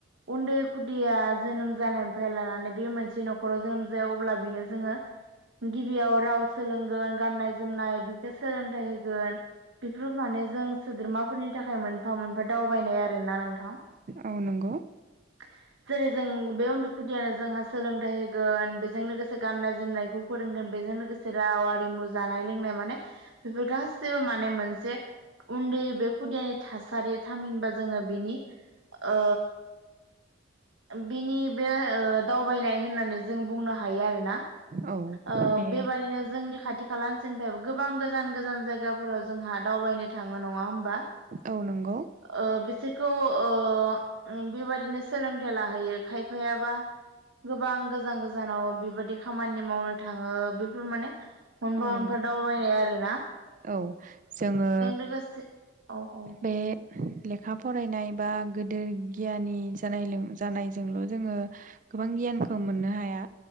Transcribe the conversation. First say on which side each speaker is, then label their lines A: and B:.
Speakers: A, on the right (about 80°); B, on the right (about 40°).
A: उन्दै खुदिया जोनोम जानायनिफ्राय लानानै बे मोनसे न'खराव जोनोम जाया अब्ला बेनो जोङो गिबियाव राव सोलोंगोन गाननाय जोमनाय बेखौ सोलोंथाइ होगोन। बेफोर माने जों सोद्रोमाफोरनि थाखाय मोनफा मोनफा दावबायनाय आरो ना नोंथां।
B: औ नंगौ।
A: <inaudible> जेरै जों बे उन्दुखुदिया जोंहा सोलोंथाइ होगोन बेजों लोगोसे गाननाय जोमनायखौ फोरोंगोन बे बेजों लोगोसे राव आरिमु जानाय लोंनाय माने बेफोर गासैबो माने मोनसे उन्दै बे खुदियानि थासारि थामहिनबा जोङो बिनि ओ बिनि बे ओ दावबायनाय होननानै जों बुंनो हायो आरोना। ओ
B: औ बे
A: बेबादिनो जोंनि खाथि खाला <unintelligible> गोबां गोजान गोजान जायगाफोराव जोंहा दावबायनो थाङो नङा होमबा।
B: औ नंगौ
A: ओ बिसोरखौ ओ बेबादनो सोलोंथाइ लाहैयो खायफायाबा गोबां गोजान गोजान। गोजानाव बेबायदि खामानि मावनो थाङो बेफोर माने मोनफा
B: औ
A: मोनफा
B: नंगौ
A: दावबायनाय आरो।
B: औ जोङो
A: लोगोसे औ औ
B: बे लेखा फरायनाय बा गोदेर गियानि जानालों जानायजोंल' जोङो गोबां गियानखौ मोननो हाया।